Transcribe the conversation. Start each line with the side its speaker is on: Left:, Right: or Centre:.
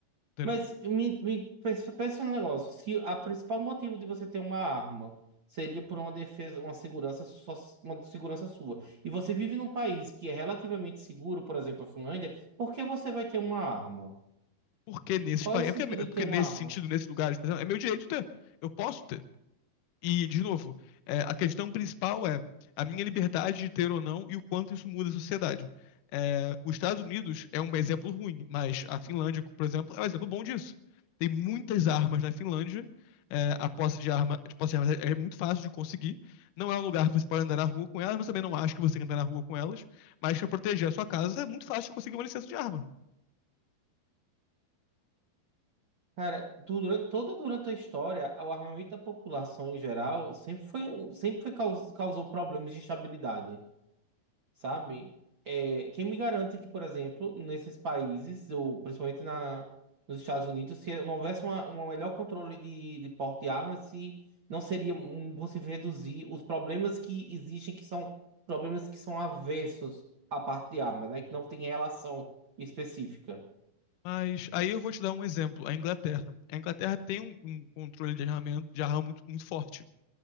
Left: entendeu?
Right: Mas me, me- pensa, pensa um negócio. Se a principal motivo de você ter uma arma seria por uma defesa, uma segurança, só, uma segurança sua, e você vive num país que é relativamente seguro, por exemplo, a Finlândia, por que você vai ter uma arma?
Left: Porque nesses
Right: Qual
Left: países,
Right: é o sentido
Left: porque, porque
Right: de ter uma
Left: nesse
Right: arma?
Left: sentido, nesses lugares, por exemplo, é meu direito ter. Eu posso ter. E, de novo, é, a questão principal é a minha liberdade de ter ou não e o quanto isso muda a sociedade. É, os Estados Unidos é um exemplo ruim, mas a Finlândia, por exemplo, é um exemplo bom disso. Tem muitas armas na Finlândia, é, a posse de arma, de posse de armas é, é muito fácil de conseguir. Não é um lugar que você pode andar na rua com elas, mas também não acho que você tem que andar na rua com elas. Mas para proteger a sua casa é muito fácil de conseguir uma licença de arma.
Right: Cara, durante, toda durante a história, o armamento da população em geral sempre foi, um- sempre foi, caus- causou problemas de instabilidade. sabe? É, quem me garante que, por exemplo, nesses países, ou principalmente na, nos Estados Unidos, se não houvesse uma, um melhor controle de, de porte de armas, se não seria um- possível reduzir os problemas que existem, que são problemas que são avessos à parte de armas, né? Que não tem relação específica.
Left: Mas aí eu vou te dar um exemplo, a Inglaterra. A Inglaterra tem um, um controle de armamento, de arma muito, muito forte.